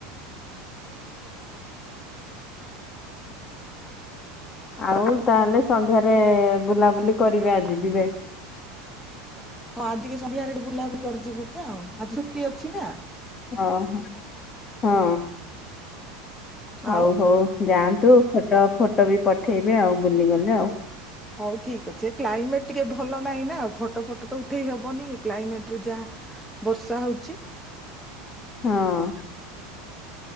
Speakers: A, in the centre; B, on the left (about 25°).
A: ହ
B: ଆଉ ତାହେଲେ ସନ୍ଧ୍ୟାରେ ବୁଲାବୁଲି କରିବେ ଆଜି ଯିବେ
A: ହଁ ଆଜିିକ ସନ୍ଧ୍ୟା ଆଠି ବୁଲାବ ବି କରିଯିବୁ କି ଆଉ ଆଜି ଛୁଟି ଅଛି ନା
B: ହଁ ହଁ ହଉ
A: ଆଉ।
B: ହଉ ଯାଆନ୍ତୁ ଫଟୋ ଫଟୋ ବି ପଠେଇବେ ଆଉ ବୁଲିଗଲେ ଆଉ
A: ହଉ ଠିକ ଅଛି ଏ କ୍ଲାଇମେଟ ଟିକେ ଭଲ ନାହିଁ ନାଉ ଫଟୋ ଫଟ ତ ଉଠେଇ ହବନି କ୍ଲାଇମେଟ ରେ ଯାହା ବର୍ଷା ହଉଛି
B: ହଁ